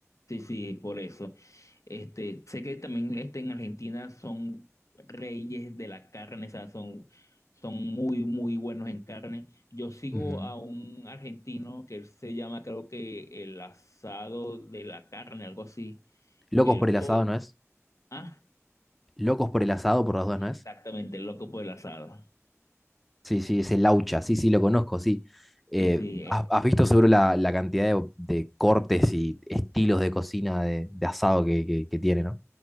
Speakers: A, on the left (about 80°); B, in the centre.
A: Sí, sí, por eso. Este, sé que también este, en Argentina son reyes de la carne, o sea, son, son muy, muy buenos en carne. Yo sigo
B: Ujú.
A: a un argentino que él se llama, creo que el asado de la carne, algo así,
B: Locos
A: que el
B: por el
A: todo.
B: asado, ¿no es?
A: ¿Ah?
B: Locos por el asado, por las dos, ¿no
A: Exactamente,
B: es?
A: el loco por el asado.
B: Sí, sí, es el laucha, sí, sí, lo conozco, sí. Eh,
A: Sí, sí, eh,
B: has, has visto seguro la, la cantidad de, de cortes y estilos de cocina de, de asado que, que, que tiene, ¿no?